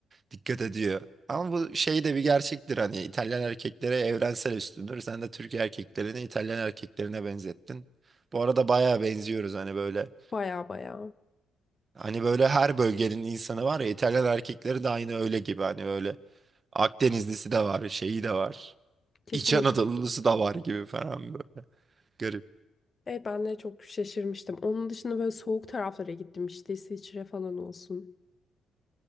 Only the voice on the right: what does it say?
dikkat ediyor. Ama bu şey de bir gerçektir hani İtalyan erkeklere evrensel üstündür. Sen de Türk erkeklerini İtalyan erkeklerine benzettin. Bu arada bayağı benziyoruz hani böyle.
Hani böyle her bölgenin insanı var ya İtalyan erkekleri de aynı öyle gibi hani böyle Akdenizlisi de var, şeyi de var.
İç Anadolu'lusu da var gibi falan böyle. Garip.